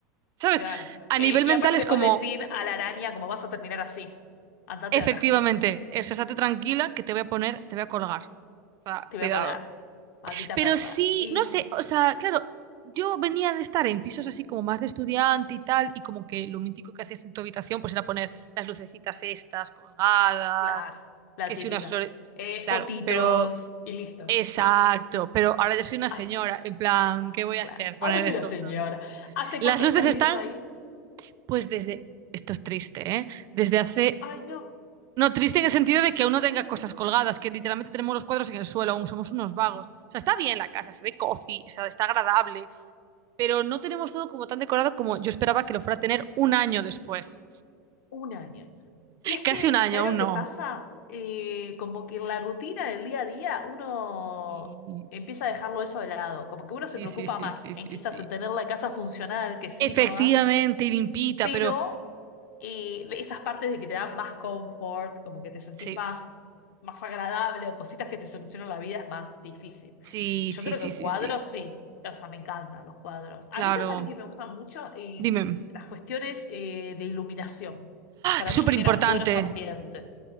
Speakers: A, on the right; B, on the left.
A: ¿Sabes?
B: Claro.
A: A
B: Eh,
A: nivel
B: y
A: mental
B: aparte
A: es
B: le
A: como,
B: puedes decir a la araña como vas a terminar así. Andate
A: efectivamente,
B: de acá,
A: o sea, estate tranquila que te voy a poner, te voy a colgar. O sea,
B: te
A: cuidado.
B: voy a colgar. Maldita
A: Pero
B: perra.
A: sí,
B: Y
A: no sé, o sea, claro, yo venía de estar en pisos así como más de estudiante y tal, y como que lo mítico que hacías en tu habitación pues era poner las lucecitas estas colgadas,
B: claro, la
A: que
B: típica.
A: si unas flores,
B: Eh,
A: claro,
B: fotitos
A: pero
B: y listo.
A: Exacto, pero ahora yo soy una
B: As-
A: señora, en plan, ¿qué voy
B: claro.
A: a hacer? Poner
B: Ahora sí
A: eso,
B: la señora.
A: no.
B: ¿Hace
A: Las
B: cuánto
A: luces
B: que estás
A: están,
B: viviendo ahí?
A: pues desde, esto es triste, ¿eh? Desde hace,
B: Ay, no,
A: no, triste en el sentido de que uno tenga cosas colgadas, que literalmente tenemos los cuadros en el suelo, aún somos unos vagos. O sea, está bien la casa, se ve cozy, o sea, está agradable, pero no tenemos todo como tan decorado como yo esperaba que lo fuera a tener un año después.
B: un año. Y es
A: Casi
B: que,
A: un año,
B: ¿sabes
A: aún
B: lo que
A: no.
B: pasa? Eh, como que en la rutina del día a día uno
A: Sí,
B: empieza a dejarlo eso de lado. Como que uno se
A: sí,
B: preocupa
A: sí, sí,
B: más
A: sí, sí.
B: en quizás
A: sí.
B: en tener la casa funcional que sirva
A: Efectivamente, y limpita,
B: pero
A: pero
B: eh, esas partes de que te dan más confort, como que te sentís
A: sí.
B: más, más agradable o cositas que te solucionan la vida es más difícil.
A: Sí,
B: Yo
A: sí,
B: creo
A: sí,
B: que
A: sí,
B: cuadros
A: sí.
B: sí, o sea, me encantan los cuadros.
A: Claro.
B: A mí sabes también que me gustan mucho Eh,
A: Dime,
B: las cuestiones eh, de iluminación. Para
A: súper
B: mí generan
A: importante.
B: buenos ambientes,